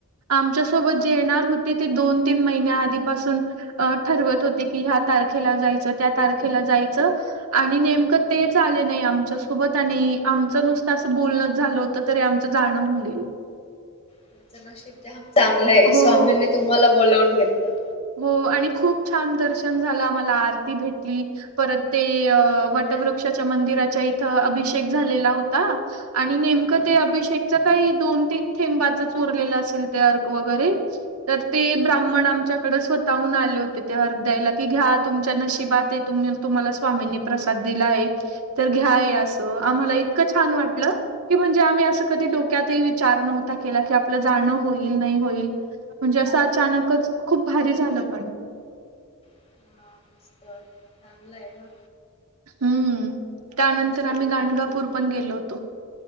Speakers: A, on the right (about 85°); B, on the left (about 30°).
A: आमच्यासोबत
B: हा
A: जे येणार होते ते दोन तीन महिन्या आधीपासून अ ठरवत होते की, ह्या तारखेला जायचं, त्या तारखेला जायचं आणि नेमकं तेच आले नाही आमच्यासोबत आणि आमचं नुसतं असं बोलण झाल होतं तरी आमचं जाणं होऊ गेल.
B: तुमचं नशीब जाम चांगलं आहे, स्वामींनी
A: हो.
B: तुम्हाला बोलावून घेतलं.
A: हो आणि खूप छान दर्शन झालं आम्हाला आरती भेटली, परत ते वटवृक्षाच्या
B: म्हणजे
A: मंदिराच्या इथ अभिषेक झालेला होता आणि नेमकं
B: हा हा
A: ते अभिषेकच्या काही दोन तीन थेंबाच चोरलेलं असेल ते अर्ग वगैरे तर ते ब्राह्मण आमच्या कडे स्वतःहून आले होते ते अर्ग द्यायला, कि घ्या तुमच्या नशिबात ए तुम्ही तुम्हाला स्वामीनी प्रसाद दिला आहे तर घ्या असं आम्हाला इतकं छान वाटलं की म्हणजे आम्ही असं कधी डोक्यातही विचार नव्हता केला की आपलं जाणं होईल नाही होईल म्हणजे असं अचानकच खूप भारी झालं पण
B: हा चांगलं आहे ना.
A: हम्म त्यानंतर
B: नशीब
A: आम्ही गाणगापूर
B: तुमचं
A: पण गेलो होतो.